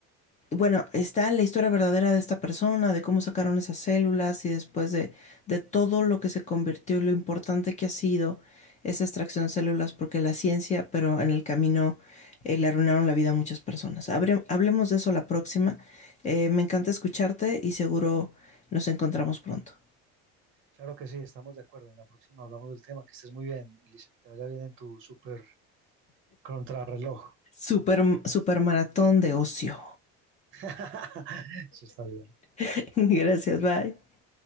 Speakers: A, on the left; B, on the right.
A: Bueno, está la historia verdadera de esta persona, de cómo sacaron esas células y después de, de todo lo que se convirtió y lo importante que ha sido esa extracción de células, porque la ciencia, pero en el camino eh, le arruinaron la vida a muchas personas. Habre- hablemos de eso la próxima. Eh, me encanta escucharte y seguro nos encontramos pronto.
B: claro que sí, estamos de acuerdo. En la próxima hablamos del tema. Que estés muy bien, Elisa, que te vaya bien en tu super contrarreloj.
A: Super, super maratón de ocio.
B: <clears throat> sí está bien.
A: <laughs> Gracias, bye.